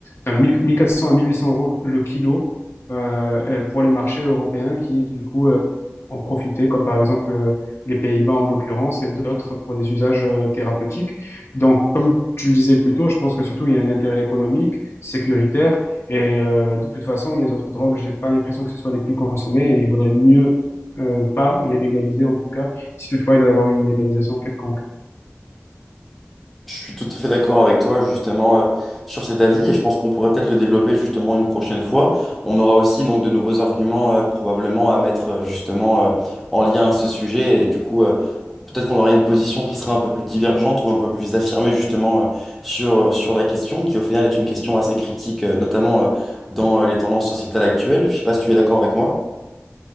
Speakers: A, on the left; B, in the centre.
A: enfin 1000 1400 à 1800 euros le kilo euh, euh, pour les marchés européens qui, du coup, euh, en profitaient, comme par exemple euh, les Pays-Bas en l'occurrence, et d'autres pour des usages euh, thérapeutiques. Donc, comme tu le disais plus tôt, je pense que surtout il y a un intérêt économique, sécuritaire, et euh, de toute façon, les autres drogues, j'ai pas l'impression que ce soit les plus consommées, et il vaudrait mieux euh, pas les légaliser, en tout cas, si toutefois il doit y avoir une légalisation quelconque.
B: Je suis tout à fait d'accord avec toi justement euh, sur cet avis et je pense qu'on pourrait peut-être le développer justement une prochaine fois. On aura aussi donc de nouveaux arguments euh, probablement à mettre euh, justement euh, en lien à ce sujet et du coup euh, peut-être qu'on aura une position qui sera un peu plus divergente ou un peu plus affirmée justement euh, sur, euh, sur la question qui au final est une question assez critique euh, notamment euh, dans euh, les tendances sociétales actuelles. Je sais pas si tu es d'accord avec moi.